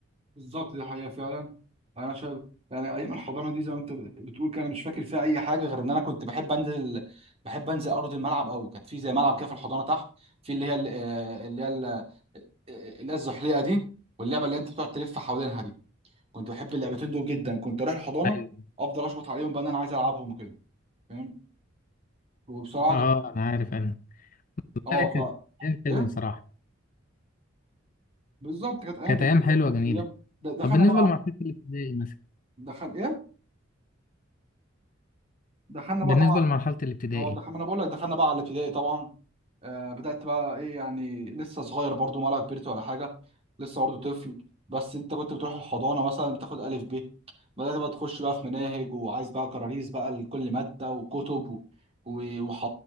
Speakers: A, on the right; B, on the left.
A: بالظبط دي حقيقه فعلا انا شايف يعني ايام الحضانه دي زي ما انت بتقول كده انا مش فاكر فيها اي حاجه غير ان انا كنت بحب انزل بحب انزل ارض الملعب قوي كانت في زي ملعب كده في الحضانه تحت في اللي هي ال- آه، اللي هي ال- آه، آه، اللي هي الزحليقه دي واللعبه اللي انت بتقعد تلف حوالينها دي كنت بحب اللعبتين دول جدا كنت اروح الحضانه
B: أيوة
A: افضل اشبط عليهم بقى ان انا عايز العبهم وكده فاهم وبصراحه
B: اه
A: كانت
B: أنا عارف أنا
A: اه
B: فاكر
A: ف
B: أيام حلوة
A: ايه
B: صراحة
A: بالظبط كانت ايام
B: كانت
A: جميله
B: أيام حلوة
A: وكانت
B: جميلة
A: ايام د- دخلنا
B: طب بالنسبة
A: بقى
B: لمرحلة الابتدائي مثلا
A: دخل ايه دخلنا
B: بالنسبة
A: بقى طبعا
B: لمرحلة الابتدائي
A: اه دخلنا انا بقول لك دخلنا بقى على الابتدائي طبعا آه، بدأت بقى ايه يعني لسه صغير برضو ولا كبرت ولا حاجة لسه برضو طفل بس انت كنت بتروح الحضانة مثلا بتاخد ألف ب بدأت بقى تخش بقى في مناهج وعايز بقى كراريس بقى لكل مادة وكتب و... و... وح...